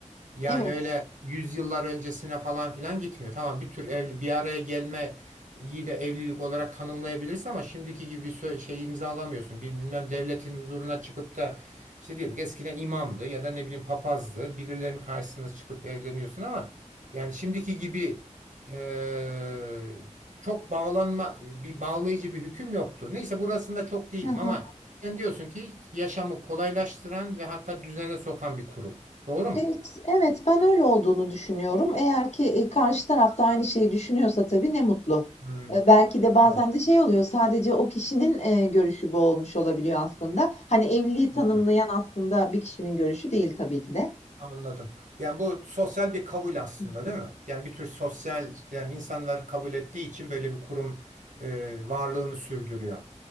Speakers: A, on the right; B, on the left.
A: Yani
B: Evet.
A: öyle yüzyıllar öncesine falan filan gitmiyor. Tamam bir tür evli, bir araya gelme iyi de evlilik olarak tanımlayabilirsin ama şimdiki gibi bir sö- şey imzalamıyorsun. Bir- Bilmem devletin huzuruna çıkıp da işte diyelim ki eskiden imamdı ya da ne bileyim papazdı. Birilerinin karşısına çıkıp evleniyorsun ama yani şimdiki gibi eee, çok bağlanma bir bağlayıcı bir hüküm yoktu. Neyse burasında çok değilim
B: Hı hı.
A: ama sen diyorsun ki yaşamı kolaylaştıran ve hatta düzene sokan bir kurum. Doğru mu?
B: Evet, evet, ben öyle olduğunu düşünüyorum. Eğer ki, eee, karşı taraf da aynı şeyi düşünüyorsa tabii ne mutlu.
A: Hmm,
B: Eee, belki de bazen
A: tamam,
B: de şey oluyor, sadece o kişinin, eee, görüşü bu olmuş olabiliyor aslında. Hani, evliliği tanımlayan
A: anladım.
B: aslında bir kişinin görüşü değil tabii ki de.
A: Anladım. Yani bu sosyal bir kabul aslında
B: Hı hı.
A: değil mi? Yani bir tür sosyal, yani insanlar kabul ettiği için böyle bir kurum e, varlığını sürdürüyor.